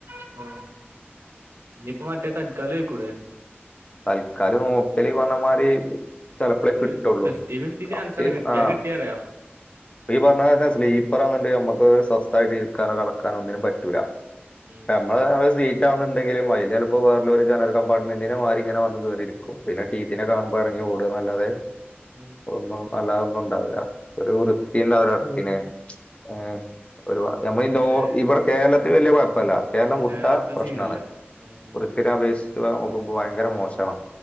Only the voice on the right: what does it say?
<inaudible> ഇഞ്ഞിപ്പം മറ്റെ തല്ക്കാല് യികൂടെ
ആ ഒരു
ഫിഫ്റ്റി ഫിഫ്റ്റി ചാൻസ്
ആണ് കിട്ടിയാ
കിട്ടിയ പറയാ
ഉം
ഉം
ശരി.
മലയാളത്തിൽ
സീനില്ല ഉം ഉം